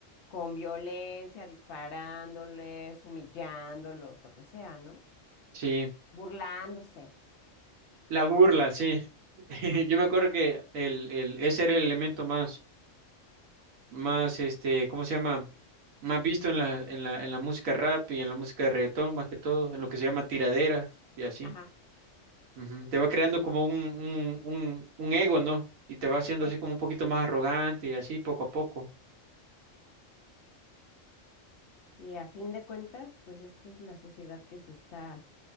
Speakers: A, on the left; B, on the right.
A: con violencia, disparándoles, humillándolos, lo que sea, ¿no?
B: Sí.
A: Burlándose.
B: La burla, sí. <laughs>
A: Ajá,
B: Yo me acuerdo que el, el, ese era el elemento más, más, este, ¿cómo se llama? Más visto en la, en la, en la música rap y en la música de reggaetón, más que todo, en lo que se llama tiraderas y así.
A: ajá,
B: Ujú. Te va creando como un, un, un, un ego, ¿no? Y te va haciendo
A: ajá.
B: así como un poquito más arrogante y así poco a poco.
A: Y a fin de cuentas, pues esta es la sociedad que se está